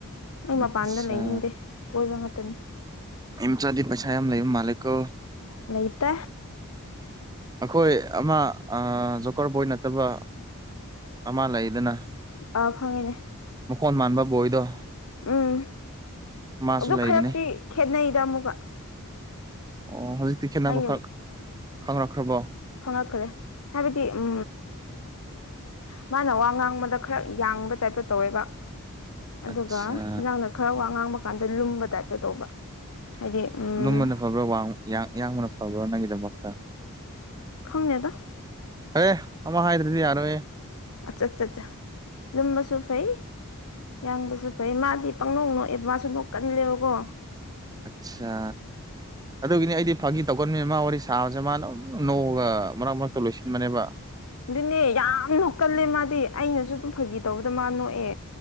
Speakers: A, on the left; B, on the right.
A: ꯑꯩ ꯃꯄꯥꯟꯗ
B: ꯑꯠꯆꯥ
A: ꯂꯩꯅꯤꯡꯗꯦ ꯀꯣꯏꯕ ꯉꯥꯛꯇꯅꯤ
B: ꯃꯦꯝ ꯆ ꯑꯗꯨꯗꯤ ꯄꯩꯁꯥ ꯌꯥꯝ ꯂꯩꯕ ꯃꯥꯜꯂꯤꯛꯣ
A: ꯂꯩꯇꯦ
B: ꯑꯩꯈꯣꯏ ꯑꯃ ꯖꯣꯀꯔ ꯕꯣꯏ ꯅꯠꯇꯕ ꯑꯃ ꯂꯩꯗꯅ
A: ꯑ ꯈꯪꯉꯤꯅꯦ
B: ꯃꯈꯣꯟ ꯃꯥꯟꯕ ꯕꯣꯏꯗꯣ
A: ꯎꯝ
B: ꯃꯥꯁꯨ
A: ꯑꯗꯨ
B: ꯂꯩꯕꯅꯦ
A: ꯈꯔꯛꯇꯤ ꯈꯦꯠꯅꯩꯗ ꯑꯃꯨꯛꯀ
B: ꯑꯣ ꯍꯧꯖꯤꯛꯇꯤ ꯈꯦꯠꯅꯕꯈꯛ
A: ꯅꯪꯒꯤ
B: ꯈꯪꯅꯛꯈ꯭ꯔꯕꯣ
A: ꯈꯪꯪꯂꯛꯈ꯭ꯔꯦ ꯍꯥꯏꯕꯗꯤ ꯎ ꯃꯥꯅ ꯋꯥ ꯉꯥꯡꯕꯗ ꯈꯔ ꯌꯥꯡꯕ ꯇꯥꯞꯇ ꯇꯧꯋꯦꯕ ꯑꯗꯨꯒ
B: ꯑꯠꯆꯥ
A: ꯅꯪꯅ ꯈꯔ ꯋꯥ ꯉꯥꯡꯕ ꯀꯥꯟꯗ ꯂꯨꯝꯕ ꯇꯥꯞꯇ ꯇꯧꯕ ꯍꯥꯏꯗꯤ ꯎꯝ
B: ꯂꯨꯝꯕꯅ ꯐꯕ꯭ꯔꯥ ꯋꯥꯡꯕ ꯌꯥꯡ ꯌꯥꯡꯕꯅ ꯐꯕ꯭ꯔꯥ ꯅꯪꯒꯤꯗꯃꯛꯇ
A: ꯈꯪꯗꯦꯗ
B: ꯑꯦ ꯑꯃ ꯍꯥꯏꯗ꯭ꯔꯗꯤ ꯌꯥꯔꯣꯏ
A: ꯑꯆꯥ ꯑꯠꯆꯥ ꯆꯥ ꯂꯨꯝꯕ ꯁꯨ ꯐꯩ ꯌꯥꯡꯕꯁꯨ ꯐꯩ ꯃꯥꯗꯤ ꯄꯪꯅꯣꯡ ꯅꯣꯛꯑꯦ ꯃꯥꯁꯨ ꯅꯣꯛꯀꯜꯂꯦꯕꯀꯣ
B: ꯑꯠꯆꯥ ꯑꯗꯨꯒꯤꯅꯤ ꯑꯩꯗꯤ ꯐꯥꯒꯤ ꯇꯧꯒꯟꯅꯦ ꯃꯥ ꯋꯥꯔꯤ ꯁꯥꯕꯁꯦ ꯃꯥ ꯑꯗꯨꯝ ꯅꯣꯡꯒ ꯃꯔꯛ ꯃꯔꯛꯇ ꯂꯣꯏꯁꯤꯟꯕꯅꯦꯕ
A: ꯑꯗꯨꯅꯦ ꯌꯥꯝ ꯅꯣꯛꯀꯜꯂꯦ ꯃꯥꯗꯤ ꯑꯩꯅꯁꯨ ꯗꯨꯝ ꯐꯒꯤ ꯇꯧꯕꯗ ꯃꯥ ꯅꯣꯛꯑꯦ